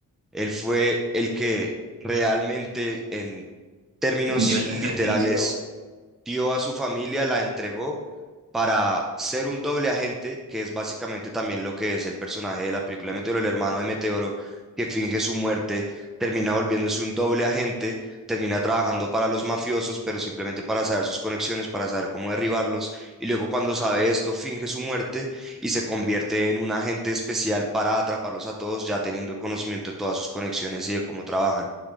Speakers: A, in the centre; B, on the right.
A: Él fue el que realmente en términos
B: Dio el
A: literales
B: sacrificio,
A: dio a su familia, la entregó para ser un doble agente, que es básicamente también lo que es el personaje de la película Meteoro, el hermano de Meteoro, que finge su muerte, termina volviéndose un doble agente, termina trabajando para los mafiosos, pero simplemente para saber sus conexiones, para saber cómo derribarlos, y luego cuando sabe esto, finge su muerte y se convierte en un agente especial para atraparlos a todos, ya teniendo conocimiento de todas sus conexiones y de cómo trabajan